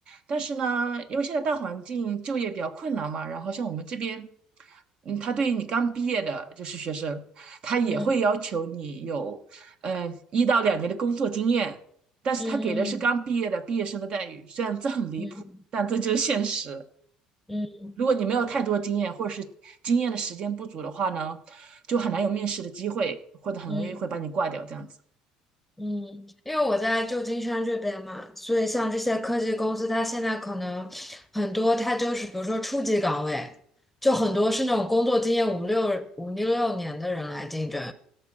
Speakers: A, on the right; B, in the centre.
A: 但是呢，因为现在大环境就业比较困难嘛，然后像我们这边，嗯，他对于你刚毕业的就是学生，他也会要求你有，
B: 嗯
A: 嗯、一到两年的工作经验，但是他给的是刚毕业的毕业生的待遇，
B: 嗯
A: 虽然这很离谱，
B: 嗯嗯
A: 但这就是现实。
B: 嗯
A: 如果你没有太多经验，或者是经验的时间不足的话呢，就很难有面试的机会，或者很容易会把你挂掉这样子。
B: 嗯嗯，嗯，因为我在旧金山这边嘛，所以像这些科技公司，它现在可能很多，它就是比如说初级岗位，就很多是那种工作经验五六五六六年的人来竞争，